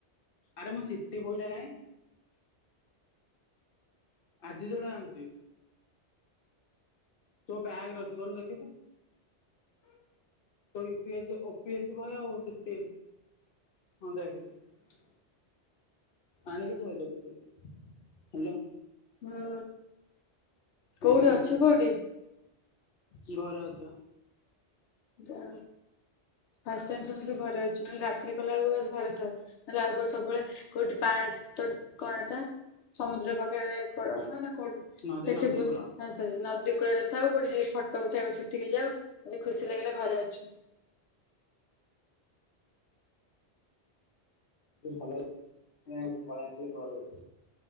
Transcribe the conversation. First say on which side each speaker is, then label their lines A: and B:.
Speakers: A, on the left (about 55°); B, on the left (about 80°).
A: ଆରେ ମୋ ସିଟିି ବହିଟା କାହିଁ? ଆଜି ଯୋଉଟା ଆଣିଚି। ତୋ ବ୍ୟାଗ ରେ ଅଛି ଗଲୁ ଦେଖିବୁ। ତ U P S O P S C ବହି ଆଉ ସେତେ ହଁ ଦେଖେନା। ଆଣିକି ଥୋଇଦେଲ ଦେବି ହେଲା।
B: ହୁଁ, କୋଉଠି
A: ଆଜ୍ଞା ଦିଦି
B: ଅଛୁ କୋଉଠି?
A: ଘରେ ଅଛି ବା।
B: ଯା ଫାଷ୍ଟ ଟାଇମ୍ ଶୁଣିଲେ ଯେ ଘରେ ଅଛି। ନହେଲେ ରାତିରେ କଲା ବେଳକୁ <unintelligible> ଘରେ ଥାଉ। ନହେଲେ ଆଉ କୋଉ ସବୁବେଳେ କୋଉଠି ପା- ତ କଣ ଟା। ସମୁଦ୍ର ପାଖରେ କୂଳ ନା ନା କୋଉଠି
A: ନଦେ
B: ସେଠି
A: ନଦୀ
B: ବୁଲ
A: କୂଳ।
B: ହଁ ସେଠି ନଦୀ କୂଳ ରେ ଥାଉ କୋଉଠି ଯି ଫଟୋ ଉଠେଇବାକୁ ସେଠିକି ଯାଉ ଆଜି ଖୁସି ଲାଗିଲା ଘରେ ଅଛୁ।
A: ଦିନ ଭଲ ମୁଁ ଆଜି ପଳିଆସିଲି ଘରକୁ।